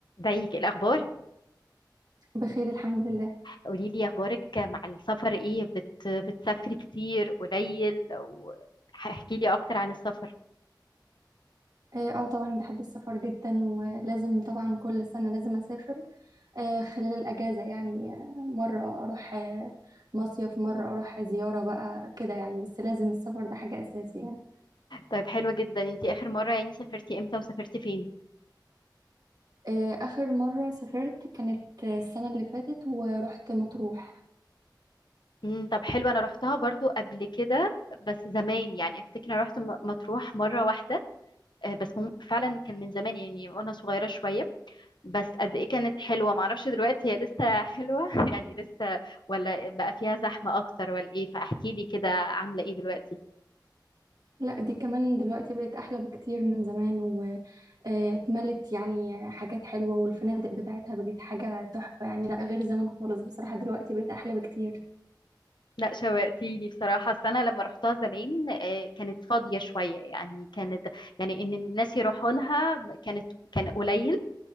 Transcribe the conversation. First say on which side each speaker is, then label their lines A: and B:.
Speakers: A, on the left (about 70°); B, on the right (about 60°).
A: ازيك إيه الاخبار
B: بخير الحمد لله
A: قولي لي اخبارك مع السفر ايه بت... بتسافري كتير قليل واحكي لي اكتر عن السفر
B: اه آه، طبعا بحب السفر جدا ولازم طبعا كل سنة لازم اسافر آه خلال الاجازة يعني آه، مرة اروح آه، مصيف مرة اروح زيارة بقى كده يعني بس لازم السفر ده حاجة اساسي يعني
A: طيب حلوة جدا انتي اخر مرة يعني سافرتي امتى وسافرتي فين
B: آه اخر مرة سافرت كانت آه، السنة اللي فاتت ورحت مطروح
A: امم طب حلو انا رحتها برضو قبل كده بس زمان يعني افتكر انا رحت م- مطروح مرة واحدة آه، بس مم... فعلا كان من زمان يعني وانا صغيرة شوية بس قد ايه كانت حلوة معرفش دلوقتي هي لسه حلوة <laughs> يعني لسه ولا بقى فيها زحمة اكتر ولا ايه فاحكي لي كده عاملة ايه دلوقتي
B: لا دي كمان دلوقتي بقت احلى بكتير من زمان واتملت يعني حاجات حلوة والفنادق بتاعتها بقت حاجة تحفة يعني لا غير زمان خالص بصراحة دلوقتي بقت احلى بكتير
A: لا شوقتيني بصراحة أصل أنا لما رحتها زمان آه، كانت فاضية شوية يعني كانت يعني إن الناس يروحوا لها كانت كان قليل